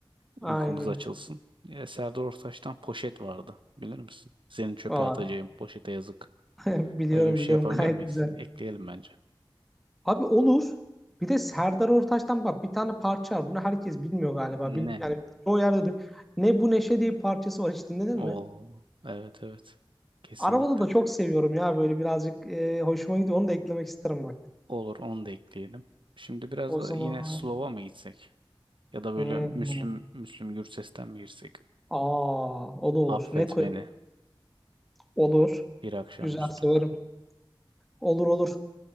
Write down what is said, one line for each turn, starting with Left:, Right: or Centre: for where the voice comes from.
Centre: Aynen.
Right: Uykumuz
Centre: öyle.
Right: açılsın. E, Serdar Ortaç'tan poşet vardı. Bilir misin? Seni çöpe
Centre: Aa,
Right: atacağım. Poşete yazık.
Centre: <laughs> biliyorum
Right: Öyle bir şey
Centre: biliyorum
Right: yapabilir
Centre: gayet
Right: miyiz?
Centre: güzel.
Right: Ekleyelim bence.
Centre: Abi olur. Bir de Serdar Ortaç'tan bak bir tane parça var. Bunu herkes bilmiyor
Right: Ne?
Centre: galiba. Bil, yani çoğu yerde duy- Ne bu neşe diye bir parçası var. Hiç dinledin
Right: Oo,
Centre: mi?
Right: evet evet. Kesinlikle.
Centre: Arabada da çok seviyorum ya böyle birazcık e, hoşuma gidiyor. Onu da eklemek isterim bak.
Right: Olur onu da ekleyelim. Şimdi biraz
Centre: O
Right: da
Centre: zaman
Right: yine Slow'a mı gitsek? Ya da böyle
Centre: hmm.
Right: Müslüm, Müslüm Gürses'ten mi girsek?
Centre: Aa, o da olur.
Right: Affet
Centre: Ne koy?
Right: beni
Centre: Olur.
Right: bir akşamüstü.
Centre: Güzel severim. Olur olur.